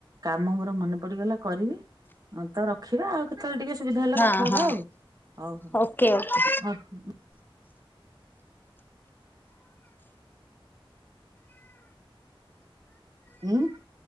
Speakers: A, on the right; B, on the left.
A: କାମ ମୋର ମନେ ପଡିଗଲା କରିବି, ତ ରଖିବା ଆଉ କେତେବେଳେ ଟିକେ ସୁବିଧା ହେଲେ
B: ହଁ
A: କଥା ହବା
B: ହଁ।
A: ଆଉ, ହଉ
B: ଓକେ ଓକେ।
A: ହଉ। ଉଁ <unintelligible>